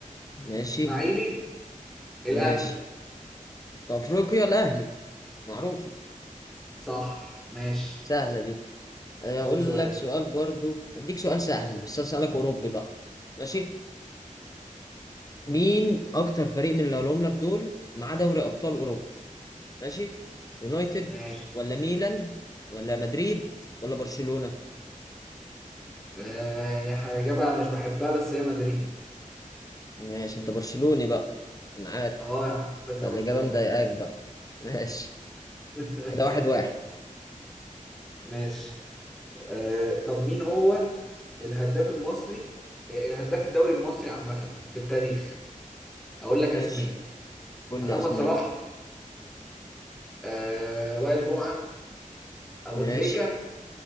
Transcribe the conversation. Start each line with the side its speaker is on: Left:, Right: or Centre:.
Left: ماشي
Centre: اسماعيلي الاهلي
Left: ماشي في افريقيا الاهلي معروفة
Centre: صح ماشي
Left: سهلة دي اقول
Centre: قول سؤال
Left: لك سؤال برضو هديك سؤال سهل بس هسألك اوروبي بقى ماشي مين اكتر فريق من اللي هقولهم لك دول معاه دوري ابطال اوروبا ماشي يونايتد
Centre: ماشي
Left: ولا ميلان ولا مدريد ولا برشلونة
Centre: آه... يعني حاجه إجابة مش بحبها بس هي مدريد
Left: ماشي انت برشلوني بقى انا عارف
Centre: اه يا عم بشجع
Left: فالاجابة
Centre: برشلونه
Left: مضايقاك بقى ماشي
Centre: <laughs>
Left: كده واحد واحد
Centre: ماشي آه، طب مين هو الهداف المصري آه، الهداف الدوري المصري عامة في التاريخ اقول لك
Left: ماشي
Centre: اسماء
Left: كل
Centre: محمد
Left: اسماء
Centre: صلاح آه، وائل جمعة ابو
Left: ماشي
Centre: تريكة